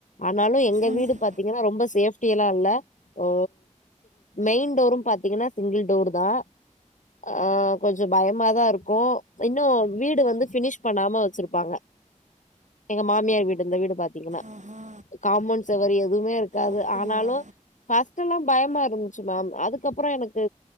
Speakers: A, on the left; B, on the right.
A: ஆனாலும் எங்க
B: உம்.
A: வீடு
B: உம்.
A: பாத்தீங்கன்னா ரொம்ப சேஃப்டி எல்லாம் இல்ல ஓ மெயின் டோரும் பாத்தீங்கன்னா சிங்கிள் டோர் தா ஆ கொஞ்சம் பயமாதான் இருக்கும் இன்னும் வீடு வந்து பினிஷ் பண்ணாம வச்சிருப்பாங்க எங்க மாமியார் வீடு இருந்த வீடு பாத்தீங்கன்னா
B: ஆஹா
A: காம்பவுண்ட் சுவர் எதுவுமே இருக்கு இருக்காது
B: அப்படியா
A: ஆனாலும் ஃபர்ஸ்ட் எல்லாம் பயமா இருந்துச்சு மேம் அதுக்கப்புறம் எனக்கு